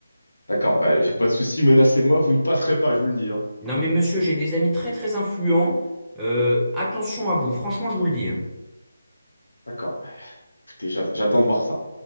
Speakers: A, on the left; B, in the centre.
A: d'accord. Bah, j'ai pas de souci, menacez-moi, vous ne passerez pas, je vous le dis. hein.
B: Non mais monsieur, j'ai des amis très très influents. Euh, attention à vous. Franchement, je vous le dis. hein.
A: D'accord. Bah, Écoutez, j'at- j'attends de voir ça.